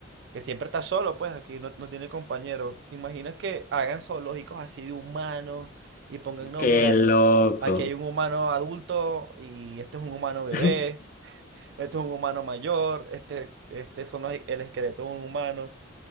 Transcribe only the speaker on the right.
que siempre está solo, pues aquí no, no tiene compañero. ¿Te imaginas que hagan zoológicos así de humanos y pongan, no,
mira,
aquí hay un humano adulto y este es un humano bebé,
este es un humano mayor, este, este son los- el esqueleto de un humano.